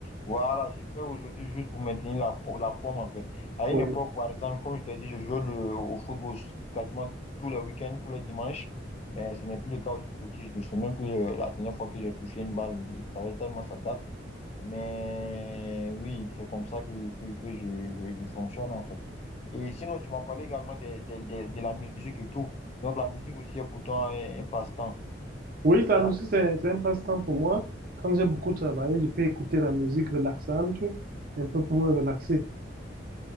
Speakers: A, on the left (about 35°); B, on the right (about 50°).
A: voilà, j'ai fait aujourd'hui juste pour maintenir la, po- la forme en fait. À
B: Oui.
A: une époque, par exemple, comme je t'ai dit, je jouais le- au football quasiment tous les week-ends, tous les dimanches. Mais ce n'est plus le cas aujourd'hui. Je ne sais même plus euh, la dernière fois que j'ai touché une balle. Il- Ça fait tellement ça date. Mais oui, c'est comme ça que, que, que je, je, je fonctionne en fait. Et sinon, tu m'as parlé également de, de, de, de la musique et tout. Donc la musique aussi est pourtant un un passe-temps,
B: Oui,
A: c'est ça?
B: la musique, c'est c'est un passe-temps pour moi. Quand j'ai beaucoup travaillé, je peux écouter la musique relaxante, un peu pour me relaxer.